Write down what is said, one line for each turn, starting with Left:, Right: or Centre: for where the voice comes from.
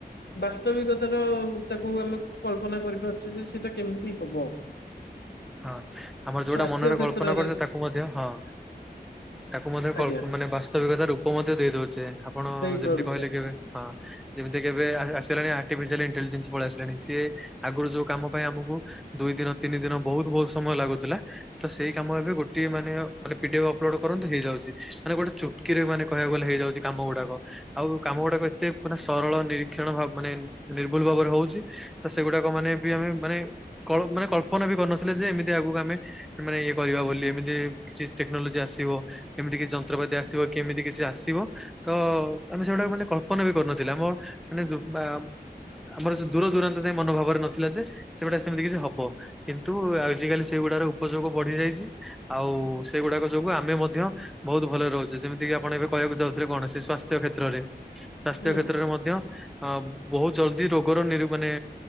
Left: ବାସ୍ତବିକତାର ତାକୁ ଆମେ କଳ୍ପନା କରିପାରୁଚେ ଯେ ସେଟା କେମିତି ହବ।
Centre: ହଁ ଆମର ଯୋଉଟା
Left: ସ୍ୱାସ୍ଥ୍ୟ
Centre: ମନରେ
Left: କ୍ଷେତ୍ରରେ
Centre: କଳ୍ପନା କରୁଚେ ତାକୁ ମଧ୍ୟ ହଁ। ତାକୁ ମଧ୍ୟ କଳ୍ପ
Left: ଆଜ୍ଞା
Centre: ମାନେ ବାସ୍ତବିକତା ରୂପ ମଧ୍ୟ ଦେଇ ଦଉଛେ ଆପଣ
Left: ଦେଇପାରୁଛେ
Centre: ଯେମିତି କହିଲେ କି ଏବେ। ହଁ। ଯେମିତିକି କେବେ ଆ ଆସିଲାଣି ଆର୍ଟିଫିସିଆଲି ଇଣ୍ଟେଲିଜେନ୍ସ ପଳେଇ ଆସିଲାଣି ସିଏ ଆଗୁରୁ ଯୋଉ କାମ ପାଇଁ ଆମୁକୁ। ଦୁଇ ଦିନ ତିନି ଦିନ ବହୁତ୍ ବହୁତ୍ ସମୟ ଲାଗୁଥିଲା। ତ ସେଇ କାମ ଏବେ ଗୋଟିଏ ମାନେ ହ ମାନେ ଭିଡିଓ ଅପଲୋଡ୍ କରନ୍ତି ହେଇଯାଉଛି ମାନେ ଗୋଟେ ଚୁ ଟ୍କିରେ ମାନେ କହିବାକୁ ଗଲେ ହେଇଯାଉଛି କାମ ଗୁଡାକ। ଆଉ କାମ ଗୁଡାକ ଏତେ ପୁରା ସରଳ ନିରୀକ୍ଷଣ ଭାବ ମାନେ ନିର୍ଭୁଲ ଭାବରେ ହଉଚି। ତ ସେଗୁଡାକ ମାନେ ବି ଆମେ ମାନେ କଳ ମାନେ କଳ୍ପନା ବି କରିନଥିଲେ ଯେ ଏମିତି ଆଗୁକୁ ଆମେ। ମାନେ ଇଏ କରିବା ବୋଲି ଏମିତି କିଛି ଟେକ୍ନୋଲୋଜି ଆସିବ। କେମିତିକି ଯନ୍ତ୍ରପାତି ଆସିବ କି ଏମିତି କିଛି ଆସିବ। ତ ଆମେ ସେଗୁଡାକ ମାନେ କଳ୍ପନା ବି କରୁନଥିଲେ ଆମ ମାନେ ଦୁବା ଆମର ସେ ଦୂର ଦୂରାନ୍ତ ଯ ମନ ଭାବରେ ନଥିଲା ଯେ, ସେଟା ସେମିତି କିଛି ହବ କି- - ନ୍ତୁ ଆଜିକାଲି ସେଗୁଡ଼ା ଉପଯୋଗ ବଢି ଯାଇଛି ଆଉ ସେଗୁଡ଼ାକ ଯୋଗୁ ଆମେ ମଧ୍ୟ ବହୁତ ଭଲରେ ରହୁଛି ଯେମିତି କିି ଆପଣ ଏବେ କହିବାକୁ ଯାଉଥିଲେ କୌଣସି ସ୍ୱାସ୍ଥ୍ୟ କ୍ଷେତ୍ରରେ ସ୍ୱାସ୍ଥ୍ୟ
Left: ହୁଁ
Centre: କ୍ଷେତ୍ରରେ ମଧ୍ୟ ଅ ବହୁତ ଜଲଦି ରୋଗର ନିରୁ ମାନେ